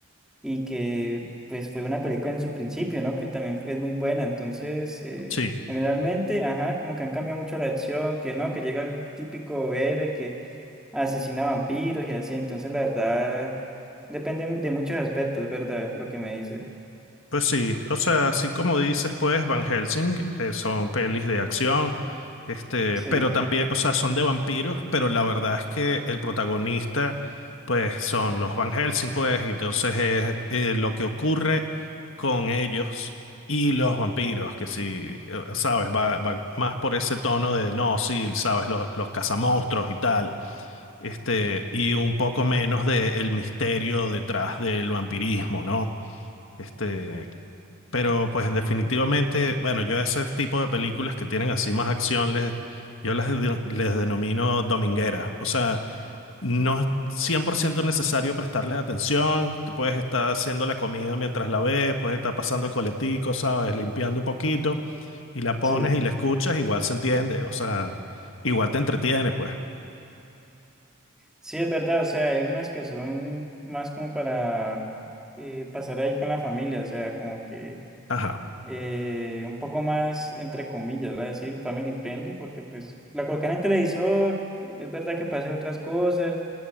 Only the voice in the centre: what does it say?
y que pues fue una película en su principio, ¿no? Que también es muy buena. Entonces, eh,
generalmente, ajá, como que han cambiado mucho la acción, que no, que llega el típico héroe que asesina vampiros y así. Entonces, la verdad, depende de muchos aspectos, ¿verdad? Lo que me dices.
Sí.
Sí,
sí, es verdad, o sea, hay algunas que son más como para eh, pasar ahí con la familia, o sea, como que
eh, un poco más, entre comillas, ¿verdad? Decir family friendly, porque pues la colocan en el televisor, e-, es verdad que puede hacer otras cosas,